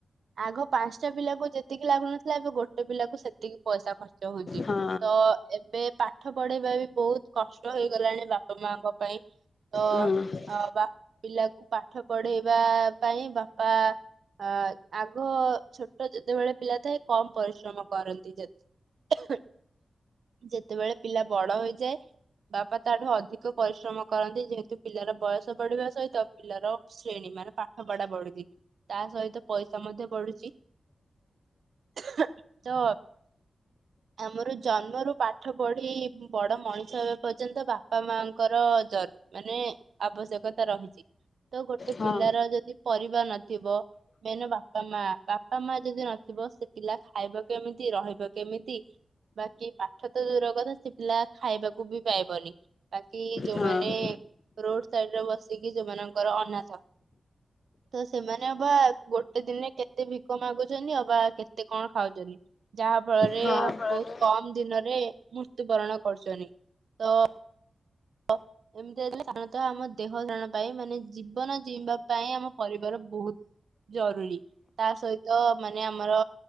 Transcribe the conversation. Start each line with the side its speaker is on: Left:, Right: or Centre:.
Right: ଆଘ ପାଞ୍ଚଟା ପିଲାକୁ ଯେତିକି ଲାଗୁନଥିଲା ଏବେ ଗୋଟେ ପିଲାକୁ ସେତିକି ପଇସା ଖର୍ଚ୍ଚ ହଉଛି
Left: ହଁ
Right: ତ ଏବେ ପାଠ ପଢେଇବା ବି ବହୁତ୍ କଷ୍ଟ ହେଇଗଲାଣି ବାପା ମାଙ୍କ ପାଇଁ। ତ
Left: ହଁ
Right: ବା ପିଲାକୁ ପାଠ ପଢେଇବା ପାଇଁ ବାପା ଆ ଆଗ ଛୋଟ ଯେତେବେଳେ ପିଲା ଥାଏ କମ୍ ପରିଶ୍ରମ କରନ୍ତି ଯେତ ଯେତେବେଳେ ପିଲା ବଡ଼ ହେଇଯାଏ ବାପା ତା ଠୁ ଅଧିକ ପରିଶ୍ରମ କରନ୍ତି ଯେହେତୁ ପିଲାର ବୟସ ବଢିବା ସହିତ ପିଲାର ଶ୍ରେଣୀ ମାନେ ପାଠ ପଢ଼ା ବଢୁଛି ତା ସହିତ ପଇସା ମଧ୍ୟ ବଢୁଛି। ତ ଆମର ଜନ୍ମରୁୁ ପାଠ ପଢି ବଡ ମଣିଷ ହେବା ପର୍ଯ୍ୟନ୍ତ ବାପା ମାଙ୍କର ଜ ମାନେ ଆବଶ୍ୟକତା ରହିଛି ତ ଗୋଟେ
Left: ହଁ
Right: ପିଲାର ଯଦି ପରିବାର ନଥିବ ମେନ୍ ବାପା ମା ବାପା ମା ଯଦି ନଥିବ ସେ ପିଲା ଖାଇବ କେମିତି ରହିବ କେମିତି ବାକି ପାଠ ତ ଦୂର କଥା ସେ ପିଲା ଖାଇବାକୁ ବି ପାଇବନି। ବାକି ଯୋଉମାନେ
Left: ହଁ।
Right: ରୋଡ ସାଇଡ଼ରେ ବସିକି ଯୋଉମାନଙ୍କର ଅନାଥ ତ ସେମାନେ ଅବା ଗୋଟେ ଦିନରେ କେତେ ଭିକ ମାଗୁଛନ୍ତି ଅବା କେତେ କଣ ଖାଉଛନ୍ତି। ଯାହା ଫଳରେ
Left: ହଁ
Right: ବହୁତ୍
Left: ହୁଁ
Right: କମ ଦିନରେ ମୃତ୍ୟୁବରଣ କରୁଛନ୍ତି ତ ଅ ଏମିତି ହେଇଥିଲେ ସାଧାରଣତଃ ଆମ ଦେହ ଧାରଣ ପାଇଁ ମାନେ ଜୀବନ ଜିଇବା ପାଇଁ ଆମ ପରିବାର ବହୁତ୍ ଜରୁରୀ ତା ସହିତ ମାନେ ଆମର